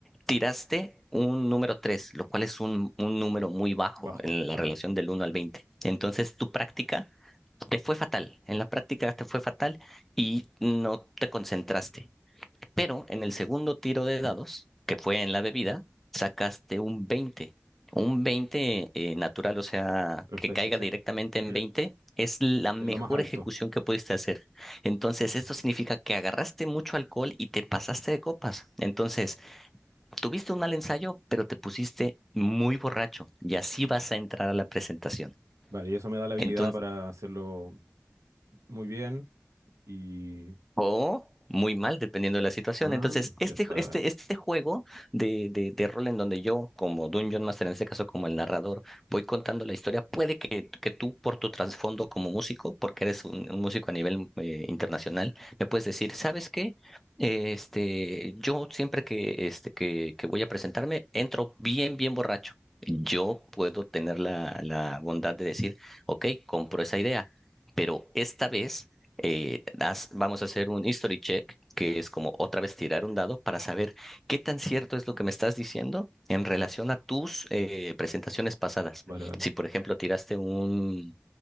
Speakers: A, in the centre; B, on the right.
A: tiraste un número 3, lo cual es un, un número muy bajo
B: bajo,
A: en la
B: claro.
A: relación del uno al 20. Entonces, tu práctica te fue fatal, en la práctica te fue fatal y no te concentraste. Pero en el segundo tiro de dados, que fue en la bebida, sacaste un veinte Un veinte eh, natural, o sea,
B: Perfecto,
A: que caiga
B: sí.
A: directamente en
B: Es
A: 20 es la mejor
B: es lo más alto.
A: ejecución que pudiste hacer. Entonces, esto significa que agarraste mucho alcohol y te pasaste de copas. Entonces, tuviste un mal ensayo, pero te pusiste muy borracho y así vas a entrar a la presentación.
B: Vale, y eso me da la habilidad
A: Entonces,
B: para hacerlo muy bien y...
A: O muy mal, dependiendo de la situación.
B: Ah,
A: Entonces,
B: ya,
A: este,
B: vale,
A: este,
B: vale,
A: este juego de, de, de rol en donde yo, como Dungeon Master, en este caso como el narrador, voy contando la historia, puede que, que tú, por tu trasfondo como músico, porque eres un, un músico a nivel eh, internacional, me puedes decir, ¿sabes qué? Eh, Este, yo siempre que, este, que, que voy a presentarme, entro bien, bien borracho. Yo puedo tener la, la bondad de decir, ok, compro esa idea. Pero esta vez eh, haz- vamos a hacer un history check, que es como otra vez tirar un dado para saber qué tan cierto es lo que me estás diciendo en relación a tus eh, presentaciones pasadas.
B: vale, vale.
A: Si, por ejemplo, tiraste un